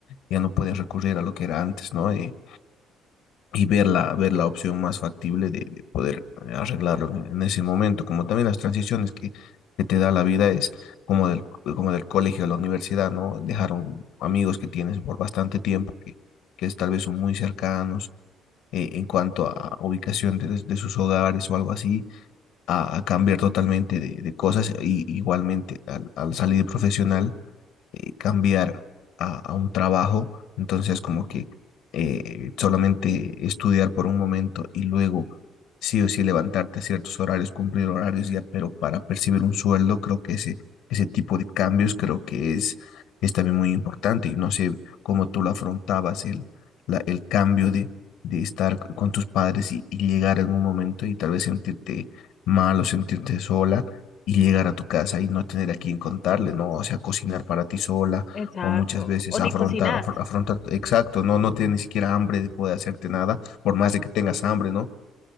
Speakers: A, on the left; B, on the left.
A: ya no puedes recurrir a lo que era antes, ¿no? Eh, y ver la, ver la opción más factible de, de poder eh, arreglarlo en, en ese momento, como también las transiciones que, que te da la vida es como del, como del colegio a la universidad, ¿no? Dejaron amigos que tienes por bastante tiempo, que, que es, tal vez son muy cercanos eh, en cuanto a ubicación de, de sus hogares o algo así, a, a cambiar totalmente de, de cosas y igualmente al, al salir profesional eh, cambiar a, a un trabajo, entonces como que eh, solamente estudiar por un momento y luego sí o sí levantarte a ciertos horarios, cumplir horarios ya, pero para percibir un sueldo, creo que ese, ese tipo de cambios creo que es, es también muy importante y no sé cómo tú lo afrontabas, el, la- el cambio de, de estar con tus padres y, y llegar en un momento y tal vez sentirte mal o sentirte sola y llegar a tu casa y no tener a quien contarle, ¿no? O sea, cocinar para ti sola
B: Exacto.
A: o muchas veces
B: O
A: afrontar,
B: ni cocinar.
A: afr- afrontar, exacto, no, no tienes ni siquiera hambre de poder hacerte nada, por más de que tengas hambre, ¿no?